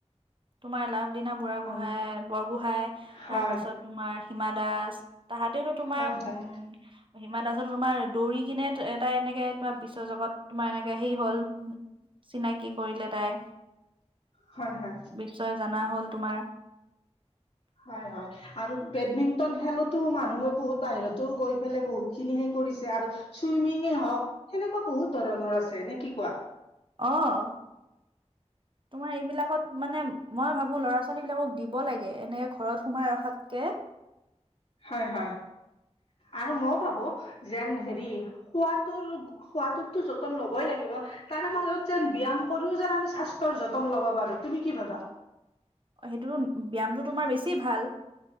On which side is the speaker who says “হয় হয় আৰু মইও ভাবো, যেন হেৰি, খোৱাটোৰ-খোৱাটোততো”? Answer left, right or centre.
Left